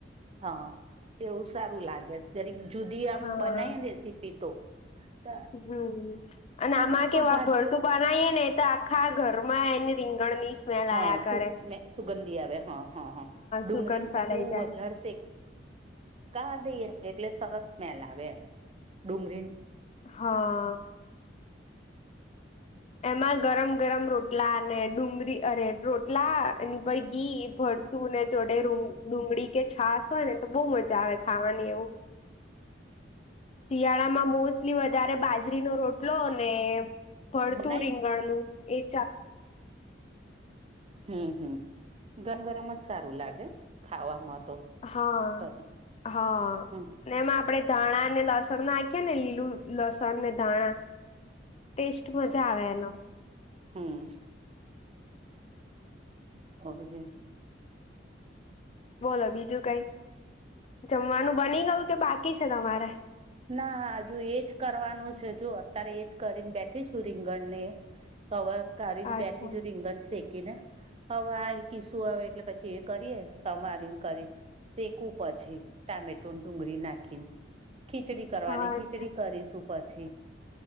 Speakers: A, on the right; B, on the left.
A: હા એવું સારું લાગે છે. જરીક જુદી આમ
B: હા
A: બનાય રેસીપી તો. ત
B: હમ અને
A: અમુક
B: આમાં
A: તો
B: કેવું
A: <unintelligible>
B: આ ભરતું બનાવીએ ને તો આખા ઘરમાં એની રીંગણની સ્મેલ
A: હા
B: આયા
A: સુ
B: કરે
A: <unintelligible> સુગંધી આવે હા હા હા. ડુંગળીને
B: સુગંધ
A: મેં
B: ફેલાઈ
A: કહ્યું
B: જાય
A: વધારે શે. કા દઈએ એટલે સરસ સ્મેલ આવે એમ ડુંગળી
B: હા. એમાં ગરમ ગરમ રોટલા અને <unintelligible> અરે રોટલા. અને પાઈ ગી ભરતું ને જોડે ડુંગળી કે છાસ હોય ને, તો બહુ મજા આવે ખાવાની શિયાળામાં મોસ્ટલી વધારે બાજરીનો રોટલો અને ભળતું
A: બનાવી
B: રીંગણનું એજ
A: હમ હમ ગરમ ગરમ જ સારું લાગે ખાવામાં તો.
B: હા.
A: પછી
B: હા.
A: હમ
B: એમાં આપડે ધાણા અને લસણ નાખી ને લીલું લસણને ધાણા ટેસ્ટ મજા આવે એનો
A: હમ. <inaudible>
B: બોલો બીજું કઈ જમવાનું બની ગયું કે બાકી છે. તમારે
A: ના હ જો એજ કરવાનું છે, જો અત્યારે એજ કરીને બેઠી છું. રીંગણ ને ત <unintelligible> કારી
B: અચ્છા
A: બેઠી જો રીંગણ સેખ. ને હવે આ કી શું આવે એટલે પછી એ કરીએ સમારીને કરી શેકું પછી ટામેટો ડુંગળી નાખીને ખીચડી કરવાની
B: અચ્છા
A: ખીચડી કરીશું પછી